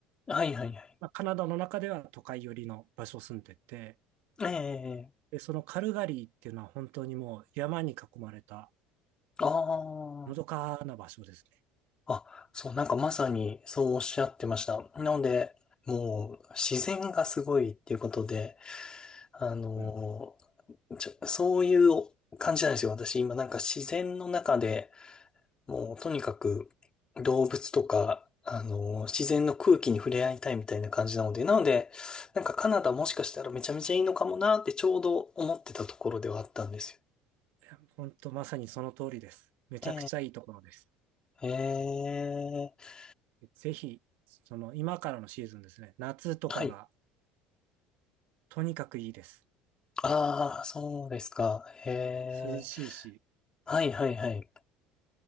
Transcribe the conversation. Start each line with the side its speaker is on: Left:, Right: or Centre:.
Left: はいはいはい。
Right: まあ、カナダの中では都会寄りの場所を住んでて、
Left: ええ
Right: で、そのカルガリーっていうのは本当にもう山に囲まれた
Left: あ
Right: のどかな場所です
Left: あ、あ、そう、なんかまさにそうおっしゃってました。なので、もう自然がすごいっていうことで、あの
Right: ね。うん。
Left: ーちょ、そういう感じなんですよ。私今なんか自然の中でもうとにかく動物とか、あのー自然の空気に触れ合いたいみたいな感じなので、なので、なんかカナダもしかしたらめちゃめちゃいいのかもなってちょうど思ってたところではあったんですよ。
Right: いや本当まさにその通りです。めちゃくちゃいいところです。
Left: ええ、ええ、
Right: ぜひ、その今からのシーズンですね。夏とかが
Left: はい。
Right: とにかくいいです。
Left: ああ、そうですか。へえ。
Right: 涼しいし、
Left: はいはいはい。